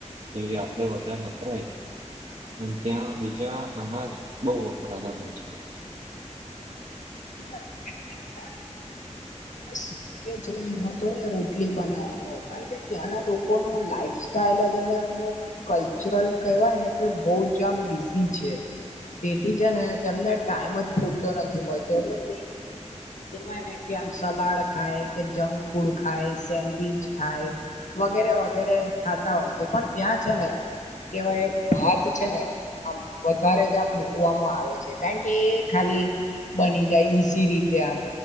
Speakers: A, on the right (about 55°); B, on the left (about 80°).
A: જેવી આપડે વધારે વપરાય અને ત્યાં બીજા અનાજ બોહ વપરાતા હોય છે
B: <inaudible> સમય જ નહી હતો ને રોટલી બનાવાનો કારણ કે ત્યાંના લોકો ન લાઈફ સાઈલ ફસ્ટાઈલ એમનું કલ્ચરલ કવાય ને કે બોહ જ આમ બિઝી છે તેથી છે ને તેમને ટાઈમ જ પૂરતો નથી મળતો એટલે તે કેહેવાય ને કે આમ સલાડ ખાય કે જંક ફૂડ ખાય સેન્ડવીચ ખાય વગેરે વગેરે ખાતા હોય છે પણ ત્યાં જ છે ને કેવાઈ ભાત છે ને આમ વધારે જ આમ મુકવામાં આવે છે કારણ એ ખાલી બની જાય ઈઝી રીતે આમ